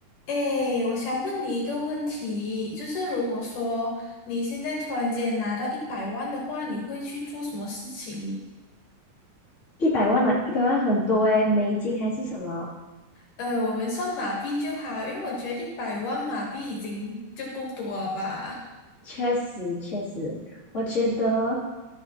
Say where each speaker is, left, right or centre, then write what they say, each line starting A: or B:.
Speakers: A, on the left; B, on the left.
A: 哎，我想问你一个问题，就是如果说你现在突然间拿到一百万的话，你会去做什么事情？
B: 一百万呢、一百万很多诶，美金还是什么？
A: 呃，我们算马币就好，因为我觉得一百万马币已经就够多了吧。
B: 确实，确实，我觉得